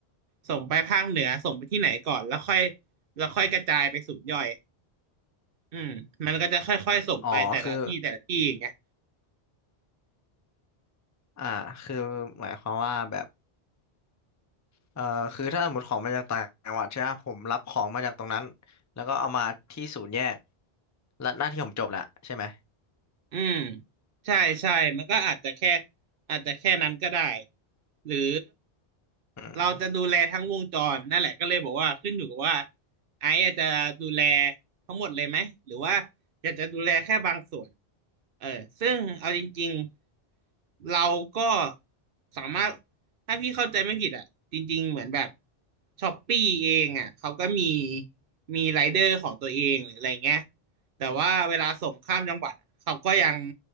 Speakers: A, on the right; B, on the left.
A: ส่งไปภาคเหนือส่งไปที่ไหนก่อนแล้วค่อยแล้วค่อยกระจายไปศูนย์ย่อยอืมมันก็จะค่อยๆส่งไปแต่ละที่แต่ละที่อย่างเงี้ย
B: อ๋อคืออ่าคือหมายความว่าแบบเออคือถ้าสมมติของมาจากต่างจังหวัดใช่ไหมผมรับของมาจากตรงนั้นแล้วก็เอามาที่ศูนย์แยกและหน้าที่ผมจบแล้วใช่ไหม
A: อืมใช่ใช่มันก็อาจจะแค่อาจจะแค่นั้นก็ได้หรือ
B: อืม
A: เราจะดูแลทั้งวงจรนั่นแหละก็เลยบอกว่าขึ้นอยู่กับว่าไอซ์อาจจะดูแลทั้งหมดเลยไหมหรือว่าอยากจะดูแลแค่บางส่วนเออซึ่งเอาจริงๆเราก็สามารถถ้าพี่เข้าใจไม่ผิดอ่ะจริงๆเหมือนแบบช้อปปี้เองอ่ะเขาก็มีมีไรเดอร์ของตัวเองหรืออะไรเงี้ย แต่ว่าเวลาส่งข้ามจังหวัดอะเขาก็ยัง